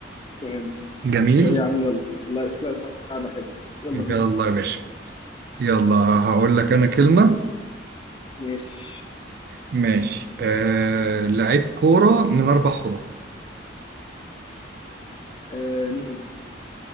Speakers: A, on the left; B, on the right.
A: فهمت
B: جميل
A: طب يا عم يلا والله شكلها لعبة حلوة يلا
B: يلا
A: بينا
B: يا باشا يلا هقول لك انا كلمة
A: ماشي
B: ماشي آه... لعيب كورة من اربع حروف
A: آه ميم